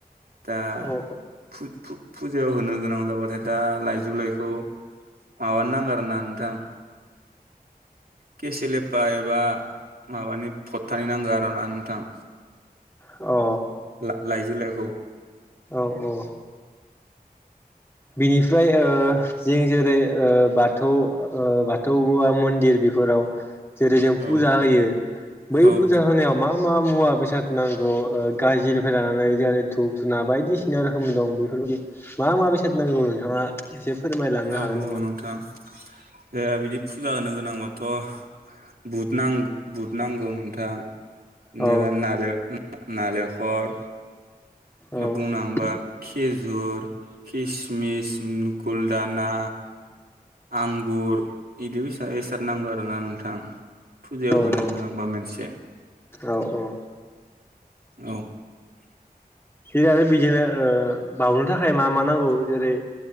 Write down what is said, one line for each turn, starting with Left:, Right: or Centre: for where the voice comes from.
Right: दा
Left: औ
Right: फु फु फुजायाव होनो गोनां जाबाथाय दा लाइजुलाइखौ माबानो नांगो आरोना नोंथां केसेलेप बा एबा माबानि फत थाय नांगो आरोना नोंथां।
Left: अ
Right: ला लाइजुलाइ खौ
Left: औ औ बिनिफ्राय ओ जों जेरै ओ बाथौ ओ बाथौवा मन्दिर बेफोराव जेरै जों
Right: औ
Left: फुजा होयो बै
Right: औ
Left: फुजा होनायाव मा मा मुवा बेसाद नांगौ ओ गाजिनिफ्राय लानानै जेरै धुप धुना बायदिसिना रोखोमनि दं बेफोरबायदि माबा माबि <unintelligible> नोंथाङा एसे फोरमायलांनो
Right: औ
Left: हागोन नामा?
Right: औ नोंथां जे बिदि फुजा होनो गोनांबाथ' बुट नां बुट नांगौ नोंथां नोबा
Left: औ
Right: नारेब नालेखर
Left: औ
Right: बुंनांबा खेजुर खिसमिस मुगुलदाना आंगुर बिदि बेसा बेसाद नांगौ आरोना नोंथां फुजायाव होनो
Left: औ
Right: गोनांबा मोनसे
Left: औ औ
Right: औ
Left: बे आरो ओ बिदिनो बाउनो थाखाय मा मा नांगौ जेरै